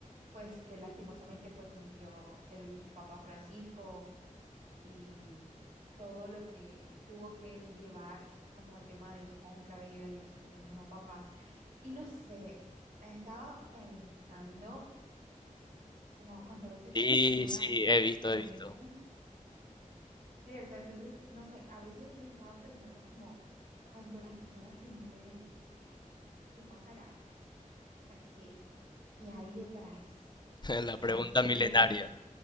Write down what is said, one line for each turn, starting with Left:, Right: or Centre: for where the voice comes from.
Right: pues que lastimosamente pues murió el Papa Francisco y todo lo que tuvo que llevar como el tema del cónclave y la elección del nuevo Papa. Y no sé, estaba pensando. como cuando a veces
Left: Sí,
Right: las personas
Left: sí, he visto,
Right: se
Left: he
Right: mueren,
Left: visto.
Right: ¿cierto? Entonces, no sé, a veces me estaba preguntando como, cuando las personas se mueren, ¿qué pasará? O sea, ¿qué, qué hay detrás?
Left: <laughs> La
Right: ¿Será
Left: pregunta
Right: que
Left: milenaria.
Right: uno... <laughs>